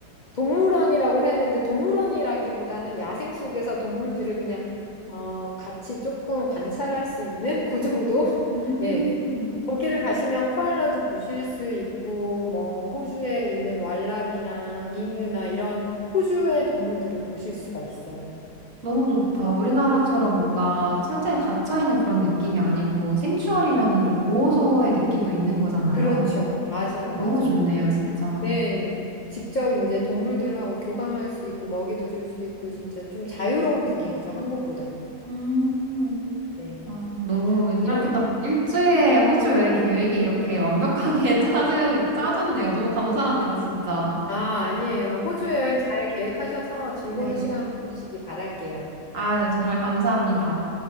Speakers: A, on the left; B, on the right.
A: 동물원이라고 해야 되는데 동물원이라기보다는 야생 속에서 동물들을 그냥 어 같이 조금 관찰할 수 있는 그 정도? <laughs>
B: 음.
A: 예, 거기를 가시면 코알라도 보실 수 있고, 뭐, 호주에 있는 왈라비나 이뮤나 이런 호주의 동물들을 보실 수가 있어요.
B: 너무 좋다. 우리나라처럼 뭔가 철저히 갇혀있는 그런 느낌이 아니고 생추얼이면은 좀 보호소의 느낌도 있는 거잖아요.
A: 그렇죠. 맞아요,
B: 너무
A: 맞아요.
B: 좋네요,
A: 그래서,
B: 진짜.
A: 네. 직접 이제 동물들하고 교감할 수 있고, 먹이도 줄 수 있고, 진짜 좀 자유로운 분위기죠, 한국보다는.
B: 음,
A: 네.
B: 아, 너무 이렇게
A: 아,
B: 딱 일주일에 호주 여행 계획이 이렇게 완벽하게 <laughs> 짜져, 짜졌네요. 너무 감사합니다, 진짜.
A: 아, 아니에요. 호주 여행 잘 계획하셔서 즐거운
B: 네.
A: 시간 보내시기 바랄게요.
B: 아, 정말 감사합니다.